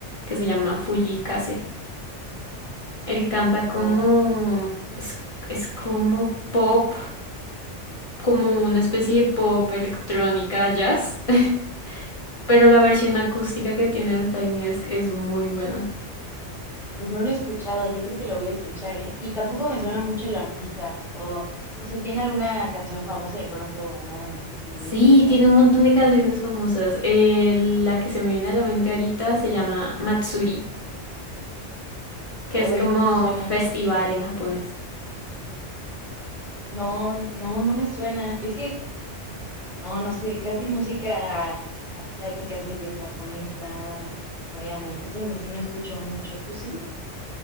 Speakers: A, on the left (about 60°); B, in the centre.
A: que se llama Fuji Kase. Él canta
B: Ah,
A: como... Es, es como pop como una especie de pop electrónica jazz, <laughs> pero la versión acústica que tiene el Tiny Desk es muy buena.
B: pues no lo he escuchado, yo creo que lo voy a escuchar, ¿eh? Y tampoco me suena mucho el artista, o no sé, ¿tiene alguna canción famosa de pronto o nada más así
A: Sí,
B: lo he escuchado?
A: tiene un montón de canciones famosas. Eh, la que se me viene a la mente ahorita se llama Matsuri,
B: Hoy
A: que es como
B: no me suena.
A: festival en japonés.
B: No, no, no me suena. Es que, no, no sé, casi música asiática, así que japonesa, coreana y cosas así no escucho mucho. ¿Tú sí?